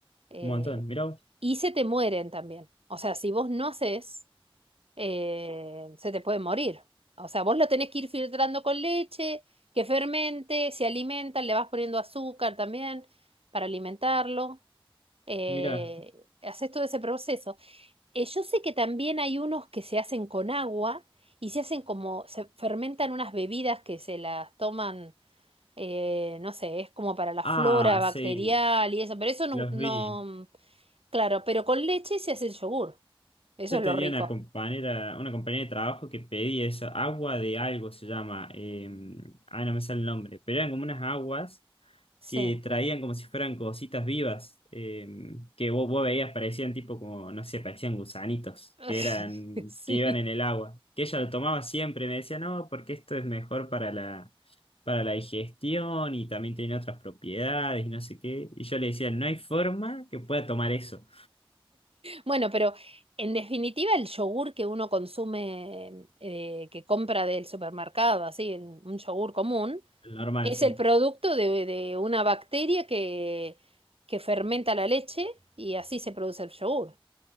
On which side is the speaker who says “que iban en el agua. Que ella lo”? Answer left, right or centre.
Left